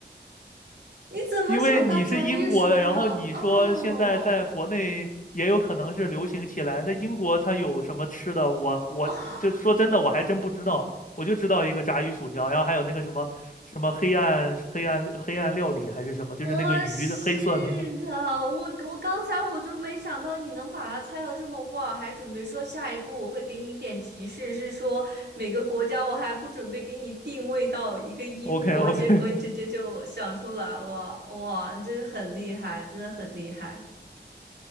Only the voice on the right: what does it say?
你怎么想到炸鱼薯条？
哦。
<laughs> 哦，
我是的，我我刚才我就没想到你能把它猜到这么快，还准备说下一步我会给你一点提示，是说每个国家，我还不准备给你定位到一个英国，
结果你直接就想出来了，哇，你真是很厉害，真的很厉害，